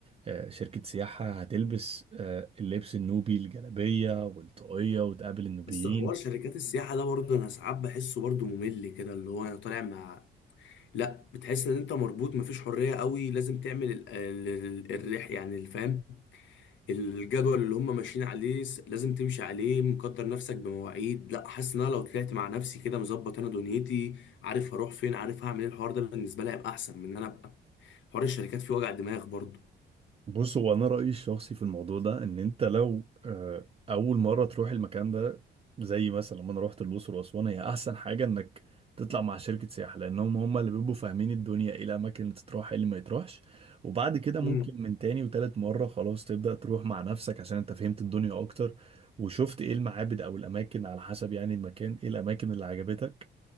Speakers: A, on the right (about 30°); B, on the left (about 70°).
A: آه، شركة سياحة هتلبس آه، اللبس النوبي الجلابية والطاقية وتقابل النوبيين
B: بس حوار شركات السياحه ده برضه انا ساعات بحسه برضه ممل كده اللي هو انا طالع مع لا بتحس ان انت مربوط مفيش حريه قوي لازم تعمل ال- ال- ال- الرح يعني الفهم الجدول اللي هم ماشيين عليه س- لازم تمشي عليه مقدر نفسك بمواعيد لا حاسس ان انا لو طلعت مع نفسي كده مظبط انا دنيتي عارف هروح فين عارف هعمل ايه الحوار ده بالنسبه لي هيبقى احسن من ان انا ابقى حوار الشركات فيه وجع دماغ برضه
A: بص هو انا رايي الشخصي في الموضوع ده ان انت لو آه، اول مره تروح المكان ده زي مثلا لما انا رحت الاقصر واسوان هي احسن حاجه انك تطلع مع شركه سياحه لانهم هم اللي بيبقوا فاهمين الدنيا ايه الاماكن اللي تتروح ايه اللي ما يتروحش وبعد كده ممكن
B: امم
A: من تاني وتالت مره خلاص تبدا تروح مع نفسك عشان انت فهمت الدنيا اكتر وشفت ايه المعابد او الاماكن على حسب يعني المكان ايه الاماكن اللي عجبتك